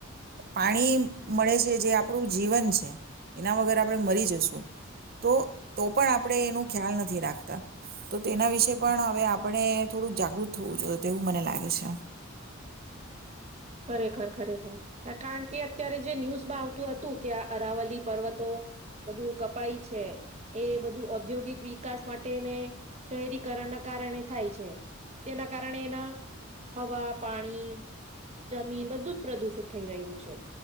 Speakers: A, on the right (about 50°); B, on the right (about 30°).
A: પાણી મળે છે જે આપણું જીવન છે, એના વગર આપણે મરી જશું, તો તો પણ આપણે એનું ખ્યાલ નથી રાખતા. તો તેના વિશેે પણ હવે આપણે થોડુંક જાગૃત થવું જોઈએ તેવું મને લાગે છે.
B: ખરેખર ખરેખર, કારણ કે અત્યારે જે ન્યૂઝમાં આવતું હતું કે આ અરાવલી પર્વતો બધું કપાય છે, એ બધું ઔદ્યોગિક વિકાસ માટેને શહેરીકરણના કારણે થાય છે, જેના કારણે એના હવા, પાણી, જમીન બધું જ પ્રદુષિત થઈ રહ્યું છે,